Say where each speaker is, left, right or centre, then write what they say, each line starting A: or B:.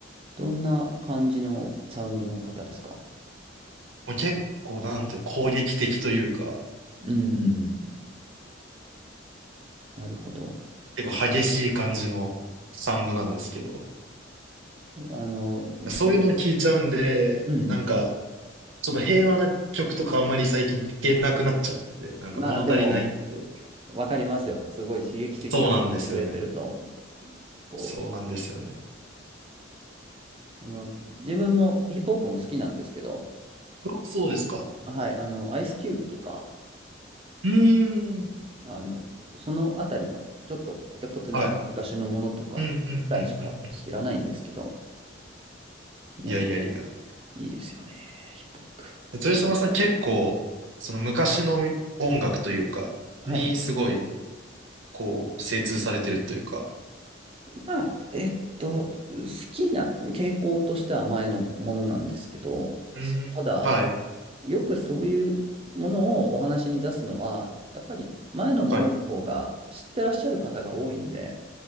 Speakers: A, on the right; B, on the right.
A: どんな感じのサウンドの方ですか
B: もう結構なんて攻撃的というか、
A: うんうんうんなるほど。
B: 結構激しい感じのサウンドなんですけど、
A: ちょあの、ど
B: そういうのを聞いちゃうんで、
A: うん。
B: なんか、ちょっと平和な曲とかあんまり最近聞けなくなっちゃってて、なんか物足りないって。
A: まあでも、わかりますよ。すごい刺激的なに触れてると、
B: そうなんですよね。
A: こ
B: そうなんですよね。
A: う、あの、自分もヒップホップも好きなんですけど、
B: あそうですか。
A: はい、あの、アイスキューブとか、
B: うーん。
A: あの、そのあたりの、ちょっとコテコテの昔のものとかくらいしか知らないんですけど、
B: はい。うんうんうんうんうん。
A: でもい
B: いやいやいや。
A: いですよね、ヒップホップ。
B: 豊島さん結構、その昔の音楽というか、
A: はい。
B: にすごい、こう、精通されてるというか。
A: まあ、えっと、好きな傾向としては前のものなんですけど、
B: うん。
A: ただ、
B: はい。
A: よくそういうものをお話に出すのは、やっぱり前のものの方が知ってらっしゃる方が多いんで、
B: はい。